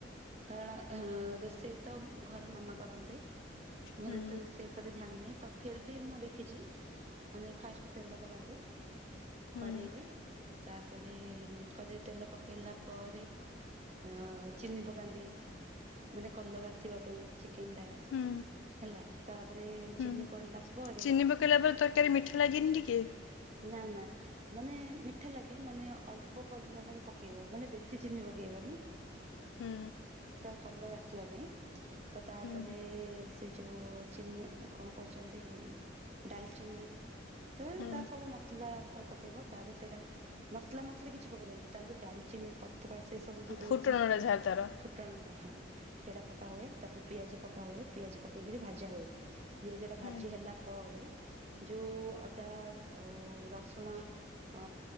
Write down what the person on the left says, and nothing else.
ହୁଁ
ହୁଁ
ହୁଁ
ହୁଁ
ଚିନି ପକେଇଲା ପରେ ତରକାରୀ ମିଠା ଲାଗେନି ଟିକେ?
ହୁଁ
ହୁଁ
ହୁଁ
ଆଉ
ଫୁଟଣଟା ଯାହା ତାର
ହୁଁ